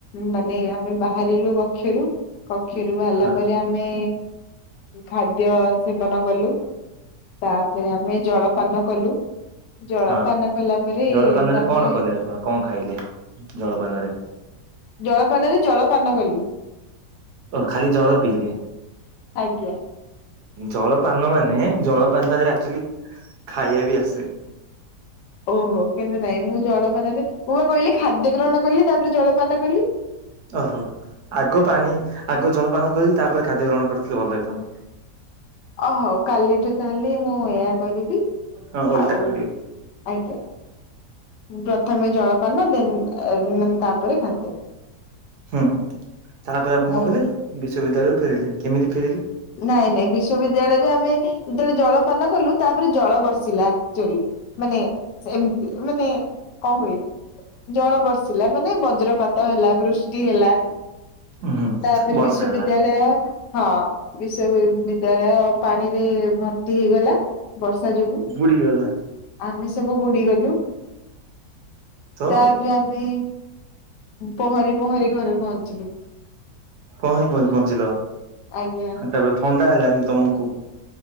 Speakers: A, on the left; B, on the right.
A: ମାନେ ଆମେ ବାହାରିଲୁ କକ୍ଷରୁ କକ୍ଷରୁ ବାହାରିଲା
B: ହଁ
A: ପରେ ଆମେ ଖାଦ୍ୟ ସେବନ କଲୁ, ତାପରେ ଆମେ ଜଳପାନ କଲୁ। ଜଳପାନ
B: ହଁ।
A: କଲା ପରେ
B: ଜଳପାନରେ
A: ତାପରେ
B: କଣ କଲେ କଣ ଖାଇଲେ ଜଳପାନରେ?
A: ଜଳପାନରେ ଜଳପାନ କଲି।
B: ଓ ଖାଲି ଜଳ ପିଇଲେ?
A: ଆଜ୍ଞା
B: ଜଳପାନ ମାନେ ଜଳପାନରେ ଅଚ୍ୟୁଲି ଖାଇବା ବି ଆସେ।
A: ଓହୋ କିନ୍ତୁ ନାଇଁ। ମୁଁ ଜଳପାନରେ ମୁଁ ବା କହିଲି, ଖାଦ୍ୟ ଗ୍ରହଣ କଲି ତାପରେ ଜଳପାନ କଲି।
B: ଓ ହୋ ଆଗ ପାଣି ଆଗ ଜଳପାନ କରିକି ତାପରେ ଖାଦ୍ୟ ଗ୍ରହଣ କରିଥିଲେଭଲ ହେଇଥାନ୍ତି।
A: ଅ ହଉ କାଲିଠୁ ତାହେଲେ ମୁଁ ଏଆ କରିବି।
B: ହଁ ଓଲଟା
A: ଆଉ
B: କରିବେ।
A: ଆଜ୍ଞା। ପ୍ରଥମେ ଜଳପାନ ଦେନ୍ ମେ ତାପରେ ଖାଦ୍ୟ।
B: ହୁଁ ତାପରେ ଆପଣ କଣ
A: ହଉ
B: କହିଲେ <unintelligible> ବିଶ୍ୱବିଦ୍ୟାଳୟରୁ ଫେରିଲେ କେମିତି ଫେରିଲେ?
A: ନାଇଁ ନାଇଁ ବିଶ୍ଵବିଦ୍ୟାଳୟରେ ଆମେ ଯେତେବେଳେ ଜଳପାନ କଲୁ ତାପରେ ଜଳ ବର୍ଷିଲା ଆଚ୍ୟୁଲି ମାନେ ସେମିତି ମାନେ କଁ କହିବି, ଜଳ ବର୍ଷିଲା ମାନେ ବଜ୍ରପାତ ହେଲା ବୃଷ୍ଟି ହେଲା।
B: ହୁଁ
A: ତାପରେ
B: ବର୍ଷା
A: ବିଶ୍ଵବିଦ୍ୟାଳୟ
B: ହେଲା।
A: ହଁ ବିଶ୍ଵ ବି ବିଦ୍ୟାଳୟ ପାଣି ରେ ଭର୍ତ୍ତି ହେଇଗଲା ବର୍ଷା ଯୋଗୁ।
B: ବୁଡିଗଲା
A: ଆମେ ସବୁ ବୁଡିଗଲୁ,
B: ତ
A: ତାପରେ ଆମେ ପହଁରି ପହଁରି ଘରେ ପହଞ୍ଚିଲୁ।
B: ପହଁରି ପହଁରି ପହଞ୍ଚିଲ,
A: ଆଜ୍ଞା
B: ତାପରେ ଥଣ୍ଡା ହେଲାନି ତମକୁ?